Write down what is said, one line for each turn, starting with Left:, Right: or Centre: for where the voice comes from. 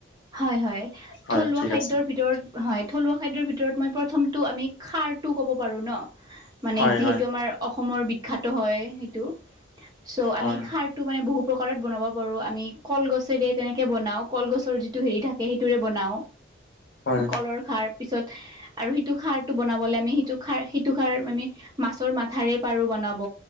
Right: হয় হয়
Left: হয়
Right: থলুৱা
Left: ঠিক
Right: খাদ্যৰ
Left: আছে
Right: ভিতৰত। হয় থলুৱা খাদ্যৰ ভিতৰত মই প্ৰথমটো আমি খাৰটো ক'ব পাৰোঁ ন মানে
Left: হয়
Right: যিহেতু
Left: হয়
Right: আমাৰ অসমৰ বিখ্যাত হয় সেইটো চ'
Left: হয়
Right: আমি খাৰ টো মানে বহু প্ৰকাৰত বনাব পাৰো আমি কলগছেৰে তেনেকে বনাও কলগছৰ যি টো হেৰি থাকে সেইটোৰে বনাও
Left: হয়
Right: কলৰ খাৰ পিছত আৰু সিটো খাৰটো বনাবলৈ আমি সিটো খাৰ সিটো খাৰ আমি মাছৰ মাথাৰে পাৰোঁ বনাব,